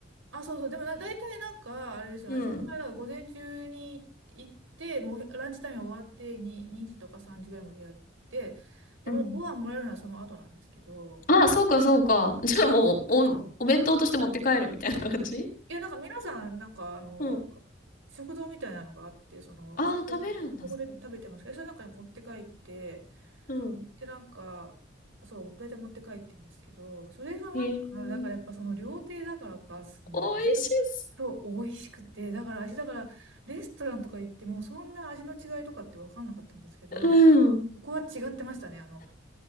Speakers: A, on the right; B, on the left.
A: あ、そうそう。でもな、大体なんか、あれですよ。
B: うん。
A: 私の場合は午前中に行って、もうランチタイム終わって2、2時とか3時ぐらいまでやって、でもご飯もらえるのはその後なんですけど、
B: うん。ああ、そうか、そうか。じゃあもう、お、お弁当として持って帰るみたいな感じ
A: いや、なんか皆さん、なんかあの、
B: うん。
A: 食堂みたいなのがあって、その、
B: ああ、
A: 食堂っていうか、
B: 食べるんだ、
A: そこで食べてますけど、
B: そこで。
A: その中に持って帰って、
B: うん。
A: で、なんか、そう、大体持って帰ってんですけど、それがなんか、
B: へえ、
A: だからやっぱその料亭だからか、すんごい、
B: 美味しいっす。
A: そう、美味しくて、だから私、だから、レストランとか行っても、そんな味の違いとかって分かんなかったんですけど、
B: うん。
A: そこは違ってましたね。あの、